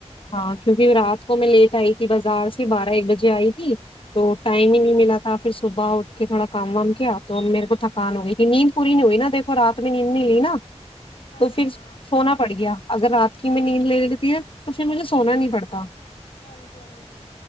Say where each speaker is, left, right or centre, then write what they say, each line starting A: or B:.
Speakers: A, on the left; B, on the left.
A: ہاں کیونکہ رات کو میں لیٹ آئی <unintelligible> بازار سے بارہ ایک بجے <unintelligible> جائے <unintelligible> تھی تو ٹائم ہی نہیں ملا تھا پھر صبح اٹھ کے تھوڑا کام وام کیا تو میرے کو تھکان ہو گئی تھی نیند پوری نہیں ہوئی نا دیکو رات میں <unintelligible> لی نا
B: ہاں
A: تو پھر
B: ہاں
A: سونا پڑ گیا اگر رات <unintelligible> کہ میں نیند لےنے لیتی ہے تو پھر مجھے سونا نہیں پڑتا
B: ہاں جی ہاں جی